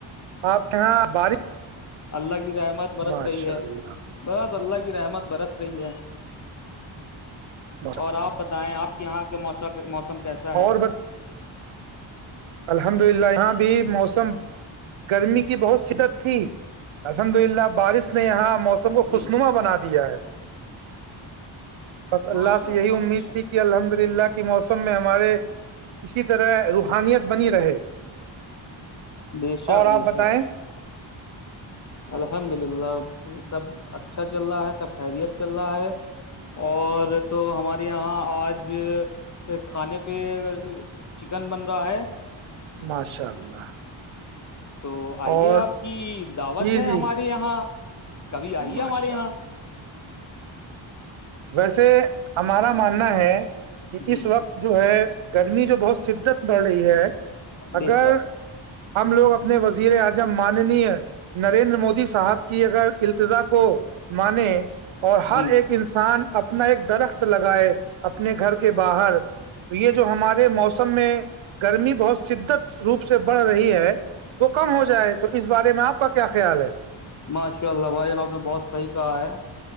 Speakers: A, on the right (about 80°); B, on the left (about 40°).
A: آپ کےاں بارش
B: اللہ کی رحمت برس
A: ماشاء
B: رہی ہے
A: اللہ
B: بس اللہ کی رحمت برس رہی ہے
A: ماشاء،
B: اور آپ بتائیں آپ یہاں کے مو موسم کیسا ہے
A: اور بس الحمد للہ یہاں بھی موسم گرمی کی بہت شدت تھی الحمد للہ بارش نے یہاں موسم کو خوشنما
B: جی
A: بنا دیا ہے بس
B: ماشاء
A: اللہ سے یہی امید
B: ماشاء اللہ
A: تھی کہ الحمد للہ کے موسم میں ہمارے اسی طرح روحانیت بنی رہے
B: بے شک
A: اور
B: بے
A: آپ
B: شک
A: بتائیں
B: الحمد للہ سب اچھا چل رہا ہے سب خیریت چل رہا ہے اور تو ہمارے یہاں آج کھانے پہ چکن بن رہا ہے
A: ماشاء اللہ
B: تو آئیے
A: اور
B: آپ کی دعوت
A: جی
B: ہے ہمارے
A: جی
B: یہاں کبھی آئیے
A: ماشاء
B: ہمارے یہاں
A: ویسے ہمارا ماننا ہے کہ
B: جی
A: اس وقت جو ہے گرمی جو بہت شدت بڑھ رہی ہے
B: بے
A: اگر
B: شک
A: ہم لوگ اپنے وزیر اعظم ماننی ہے نریندر مودی صاحب کی اگر التضا کو مانے اور ہر
B: جی
A: ایک
B: جی
A: انسان کسان اپنا ایک درخت لگائے اپنے گھر کے باہر تو یہ جو ہمارے موسم میں گرمی بہت شدت روپ سے بڑھ رہی ہے وہ کم ہو جائے تو اس بارے میں آپ کا کیا خیال ہے
B: ماشاء اللہ بھائی جان آپ نے بہت صحیح کہا ہے